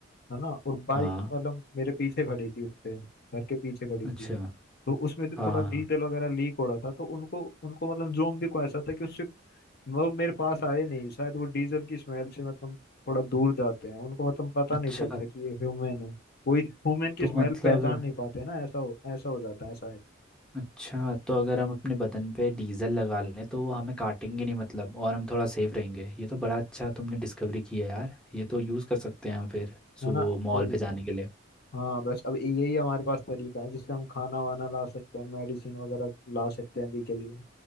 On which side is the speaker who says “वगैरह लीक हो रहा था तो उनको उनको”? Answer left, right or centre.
Left